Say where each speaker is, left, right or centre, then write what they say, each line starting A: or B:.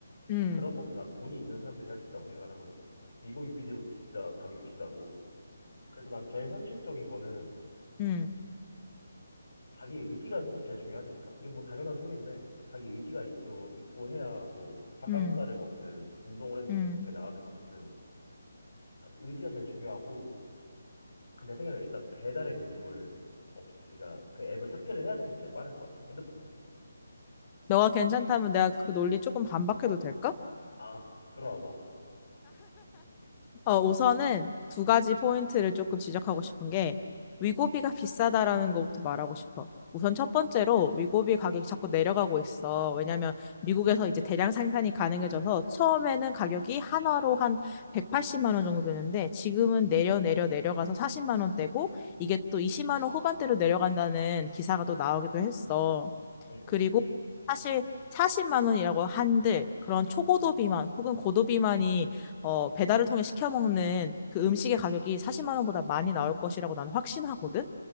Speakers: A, on the left; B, on the left.
A: 음,
B: 근데 그런 것도 난 돈이 있는 사람들이 할 수 있다고 생각을 하거든. 미국 뮤비디오 진짜 가격이 비싸고. 그래서 난 제일 현실적인 거는
A: 음,
B: 자기 의지가 솔직히 제일 중요하지 않을까? 이거 뭐 당연한 소리인데 자기 의지가 있어 있고 해야 뭐 닭가슴살을
A: 음,
B: 먹든 운동을 해서
A: 음.
B: 좀 밖에 나가든 걷든 의지가 제일 중요하고 근데 내 생각에 일단 배달의 민족을 없 그러니까 그 앱을 삭제를 해야 되는 게 제일 빠를 것 같아 핸드폰에서
A: 너가 괜찮다면 내가 그 논리 조금 반박해도 될까?
B: 아 들어와봐
A: 어, 우선은 두 가지 포인트를 조금 지적하고 싶은 게 위고비가 비싸다라는 것부터 말하고 싶어. 우선 첫 번째로 위고비 가격이 자꾸 내려가고 있어. 왜냐면 미국에서 이제 대량 생산이 가능해져서 처음에는 가격이 한화로 한 180만 원 정도 되는데 지금은 내려 내려 내려가서 40만 원대고 이게 또 20만 원 후반대로 내려간다는 기사가 또 나오기도 했어.
B: 아어어어응응응응응어어
A: 그리고 사실 40만 원이라고 한들 그런 초고도 비만 혹은 고도 비만이 어, 배달을 통해 시켜 먹는 그 음식의 가격이 40만 원보다 많이 나올 것이라고 나는 확신하거든.